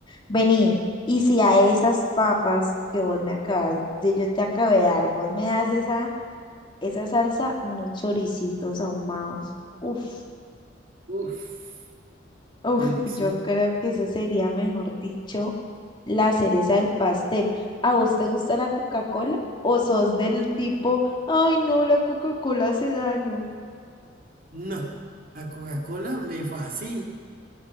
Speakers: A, on the left; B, on the right.
A: Vení, y si a esas papas que vos me acabas, de yo te acabé de dar, vos me das esa, esa salsa, unos choricitos ahumados. Uf,
B: Uf,
A: uf,
B: delicioso.
A: yo creo que eso sería, mejor dicho, la cereza del pastel. ¿A vos te gusta la Coca-Cola? ¿O sos del tipo, ay no, la Coca-Cola hace daño?
B: No, la Coca-Cola me fascina.